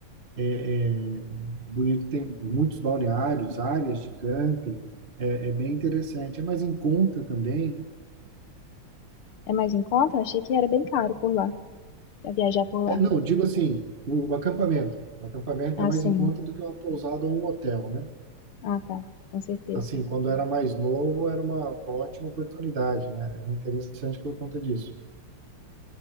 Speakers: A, on the right; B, on the left.
A: É, é, Bonito tem muitos balneários, áreas de camping, é, é bem interessante. É mais em conta também.
B: É mais em conta? Eu achei que era bem caro por lá, pra viajar por lá.
A: É, não, digo assim, o, o acampamento. O acampamento
B: Ah,
A: é mais
B: sim.
A: em conta do que uma pousada ou um hotel, né?
B: Ah, tá. Com certeza.
A: Assim, quando era mais novo, era uma ótima oportunidade, né? Era interessante por conta disso.